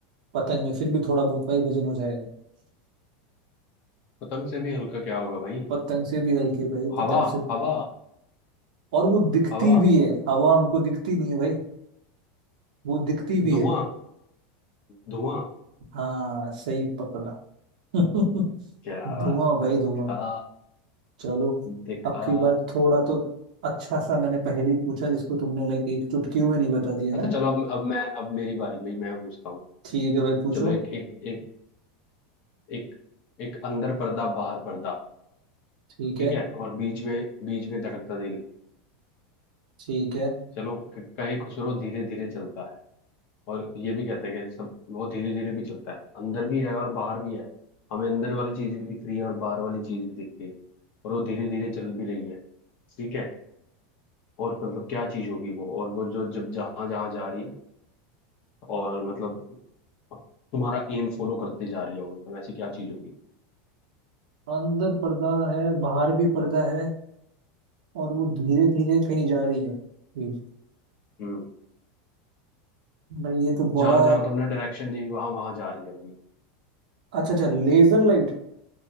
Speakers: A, on the right; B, on the left.
A: पतंग में फिर भी थोड़ा बहुत भाई वजन हो जाएगा
B: पतंग से भी हल्का क्या होगा भाई
A: पतंग से भी हल्की है भाई पतंग
B: हवा
A: से
B: हवा
A: और वो दिखती
B: हवा
A: भी है हवा हमको दिखती नहीं है भाई वो दिखती भी
B: धुआं
A: है
B: धुआं
A: हाँ सही पकड़ा <laughs>
B: क्या
A: धुआं
B: बात
A: भाई
B: है दिखा
A: धुआं चलो
B: दिखा
A: अब की बार थोड़ा तो अच्छा सा मैंने पहेली पूछा जिसको तुमने लाइक एक चुटकी में नहीं बता दिया
B: अच्छा
A: ना
B: चलो अब अब मैं अब मेरी बारी भाई मैं पूछता हूँ
A: ठीक है भाई पूछो
B: चलो एक एक एक एक एक अंदर पर्दा बाहर पर्दा
A: ठीक
B: ठीक
A: है
B: है और बीच में बीच में धड़कता दिल
A: ठीक है
B: चलो क- कहे खुसरो धीरे धीरे चलता है और ये भी कहते हैं कि सब वो धीरे धीरे भी चलता है अंदर भी है और बाहर भी है हमें अंदर वाली चीज भी दिख रही है और बाहर वाली चीज भी दिख रही है और वो धीरे धीरे चल भी रही है ठीक है और मतलब क्या चीज होगी वो और वो जो जब जहां जहां जा रही है और मतलब तुम्हारा एम फॉलो करते जा रही है वो मतलब ऐसी क्या चीज होगी
A: अंदर पर्दा है बाहर भी पर्दा है और वो धीरे धीरे कहीं जा रही है जी।
B: हम्म
A: भाई ये तो बड़ा
B: जहां जहां तुमने डायरेक्शन दी वहां वहां जा रही है भाई
A: अच्छा अच्छा लेजर लाइट